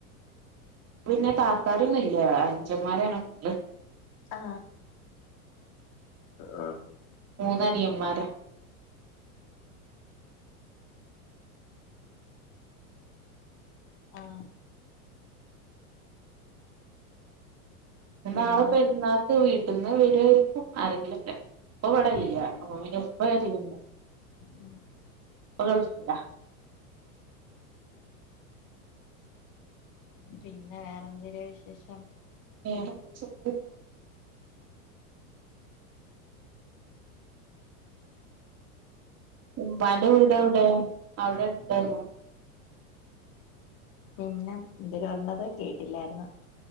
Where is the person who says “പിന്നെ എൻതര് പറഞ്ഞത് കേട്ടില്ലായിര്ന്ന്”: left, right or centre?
Left